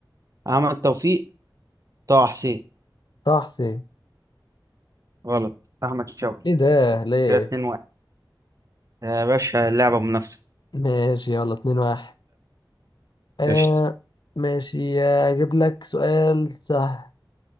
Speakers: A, on the right; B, on the left.
A: احمد توفيق طه حسين
B: طه حسين
A: غلط احمد شوقي
B: ايه ده ليه
A: كده اتنين واحد يا باشا اللعبة منافسة
B: ماشي يلا اتنين واحد آه
A: قشطة
B: ماشي آه، اجيب لك سؤال سهل